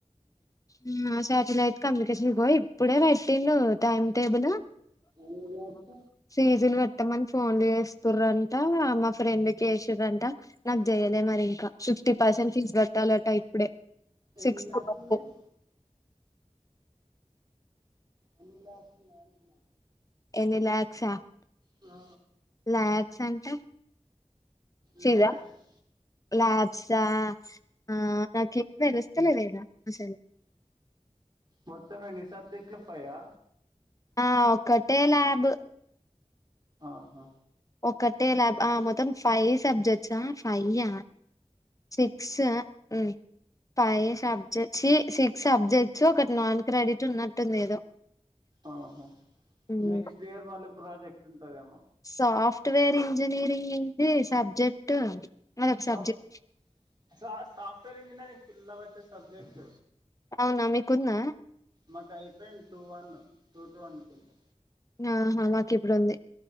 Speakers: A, on the left; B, on the right.
A: ఉమ్ శాటిలైట్ కమ్యూనికేషన్ ఇగో ఇప్పుడే పెట్టిండు టైమ్ టేబులు.
B: ఉమ్ లక్క
A: ఫిజుల్ పెట్టామని ఫోన్ జేస్తురంట, మా ఫ్రెండ్కి జేసిన్రంట. నాక్ జేయలే మరి ఇంకా, ఫిఫ్టీ పర్సెంట్ ఫీజ్ కట్టాలట ఇప్పుడే.
B: ఎన్ని
A: సిక్స్త్
B: లాక్స్
A: వరకు
B: ఉన్నాయ్. ఎన్ని లాక్స్ ఉన్నాయి అంటున్నా.
A: ఎన్ని లాక్స్ ఆ
B: ఆ
A: లాక్స్ అంటే ఫీజ్
B: ల్యాబ్స్
A: ఆ, లాబ్స్ ఆ ఉమ్ నాక్ సిగ్నల్ ఒస్తలేద్ ఇడ అసలు.
B: మొత్తం అన్ని సబ్జెక్టులు ఫైవ్ ఆ.
A: ఆ ఒకటే ల్యాబ్
B: ఆహా
A: ఒక్కటే లాబ్, ఆ మొత్తం ఫైవ్ సబ్జెక్ట్సా ఆ, ఫైయ్య సిక్స్ ఆ ఉమ్ ఫైవ్ సబ్జెక్ట్స్, ఛీ సిక్స్ సబ్జెక్ట్స్, ఒకటి నాన్ క్రెడిట్ ఉన్నట్టుంది ఏదో.
B: ఆహా,
A: హ్మ్
B: నెక్స్ట్ ఇయర్ మళ్ళీ ప్రాజెక్ట్ ఉంటుందేమో.
A: సాఫ్ట్వేర్ ఇంజనీరింగ్ ఇంది సబ్జెక్ట్. అదొక
B: సాఫ్,
A: సబ్జెక్ట్
B: సా సాఫ్ట్వేర్ ఇంజనీరింగ్ <unintelligible> వచ్చే సబ్జెక్ట్.
A: అవునా మీకున్న
B: మాక్ అయిపోయింద్ టూ వన్, టూ టూ అనుకుంటా.
A: ఆహా మాకిప్పుడ్ ఉంది.